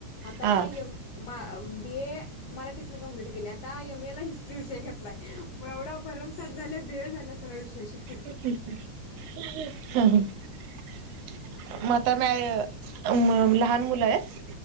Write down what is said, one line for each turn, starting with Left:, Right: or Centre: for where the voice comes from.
Left: आता
Right: हा
Left: यम मा बीए मराठीतन कंप्लीट केली आता यमेला हिस्ट्री विषय घेतलाय म एवढा भरमसाट झालंय भेळ झाल्यात <unintelligible> विषय शिक
Right: हम्म्म ह मता म म लहान मुलं आहेत.